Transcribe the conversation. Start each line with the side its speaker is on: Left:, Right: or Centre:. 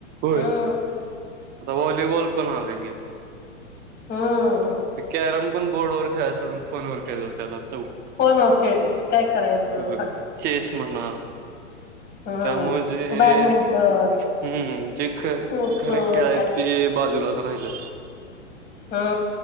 Right: होय
Left: हम्म
Right: आता फ्री बॉल पण आला की
Left: हम्म
Right: ते कॅरम पण बोर्डवर खेळाय सोडून फोनवर खेळत बसत्यात आता
Left: फोन व खेळत्यात काय करायचं.
Right: वगर
Left: सांग
Right: चेस म्हणा
Left: हम्म
Right: त्यामुळ जे हे
Left: बॅडमिंटन
Right: हूं जे ख
Left: स्नूकर
Right: खरे खेळाय ते ते बाजूलाच राहिलं.
Left: ह